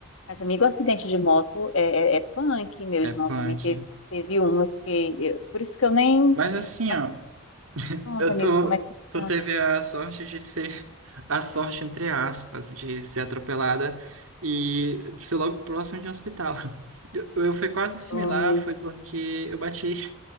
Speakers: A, on the left; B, on the right.
A: Mas, amigo, o acidente de moto é, é, é punk. Meu
B: É
A: irmão
B: punk.
A: também teve, teve um. Eu fiquei, eu- por isso que eu nem.
B: Mas assim,
A: Mas
B: ó,
A: pronto,
B: eu
A: amigo,
B: tô,
A: como é que tu
B: tu
A: tá?
B: teve a sorte de ser a sorte, entre aspas, de ser atropelada e ser logo próximo de um hospital. <laughs> Eu, eu fui quase similar,
A: Foi.
B: foi porque eu bati.